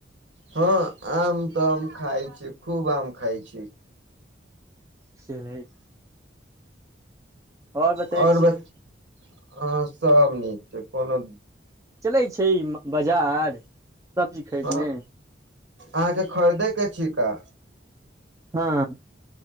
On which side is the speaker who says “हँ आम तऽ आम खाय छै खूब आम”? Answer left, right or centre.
Right